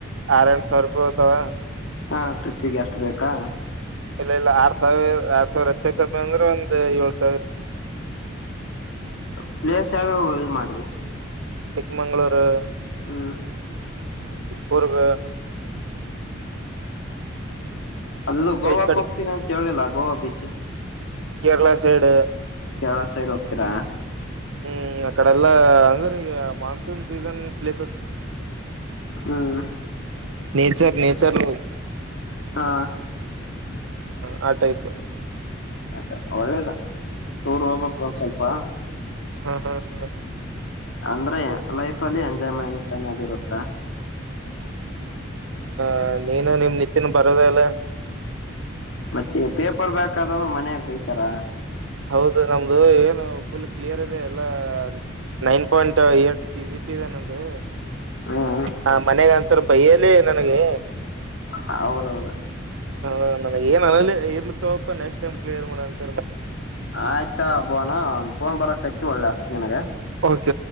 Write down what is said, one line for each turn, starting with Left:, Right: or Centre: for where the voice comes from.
Right: ಆರ ಎರಡು ಸಾವಿರ ರೂಪಾಯಿ ಹತಾವ
Left: ಹಾ ಟ್ರಿಪ್ಪಿಗೆ ಎಷ್ಟು ಬೇಕಾ
Right: ಇಲ್ಲ ಇಲ್ಲ ಆರ್ ಸಾವಿರ ಆರ್ ಸಾವಿರ ಹಚ್ಚ ಕಮ್ಮಿ ಅಂದ್ರೆ ಒಂದ್ ಏಳ್ ಸಾವಿರ <inaudible>
Left: ಪ್ಲೇರ್ಸ್ ಯಾವ ಇ ಮಾಡ್ರಿ
Right: ಚಿಕ್ಕಮಂಗ್ಗಳೂರು
Left: ಹ್ಮ್
Right: ಕುರ್ಗ
Left: ಅದದು ಗೋವಾಕ್ಕೆ
Right: ಈ ಕಡೆ
Left: ಹೋಗ್ತೀನಿ ಅಂತ ಹೇಳಿಲ್ಲ Goa beach
Right: Kerala side
Left: Kerala side ಹೋಗ್ತೀರಾ
Right: ಹ್ಮ್ ಅಕಡೆಲ್ಲಾ ಅಂದ್ರೆ ಈಗ ಮಾನ್ಸೂನ್ ಸೀಸನ್ ಪ್ಲೇಸಸ್
Left: ಹ್ಮ್
Right: ನೇಚರ್ ನೇಚರ್
Left: ಹಾ
Right: ಹ ಟೈಪ್ <unintelligible>
Left: ಅತ್ತಾ ಒಳ್ಳೇದ ಟೂರ್ ಹೋಗ್ಬೇಕಕ್ು ಒಂದ್ ಸ್ವಲ್ಪ
Right: ಹಾ ಹಾ ಹಾ
Left: ಅಂದ್ರೆ ಲೈಫ್ ಅಲ್ಲಿ ಎಂಜಾಯ್ಮೆಂಟ್ ಅನದ ಇರುತ್ತ
Right: ಹ ನೀನು ನಿಮ್ ನಿತ್ಯನ ಬರೋದ ಅಲ್ಲ
Left: ಮತ್ತೆ ಪೇಪರ್ ಬ್ಯಾಕ್ ಅ ಅಂದ್ರೆ ಮನ್ಯಾಗ ಬೈತಾರ
Right: ಹೌದು ನಮ್ದು ಏನು ಫುಲ್ ಕ್ಲಿಯರ್ ಇದೆ ಎಲ್ಲ <unintelligible> nine point eight C G P ದ ನದು
Left: ಹ್ಮ್
Right: ಹ ಮನೆಗಂತರ ಬೈಯಲ್ಲಿ ನನಗೆ
Left: ಹೌದೌದು
Right: ಹ ನನ ಏನೇ ಇರ್ಲತವಪ್ಪ ನೆಕ್ಸ್ಟ್ ಟೈಮ್ಿಯರ್ ಮಾಡ ಅಂತ
Left: ಆಯ್ತಾಬೋಾನ ಒಂದ ಫೋನ್ ಬರಕೈತಿ ಒಳ್ಳೆ ಅಸ್ತತ್ ನಿನಗ
Right: ಸ ಸ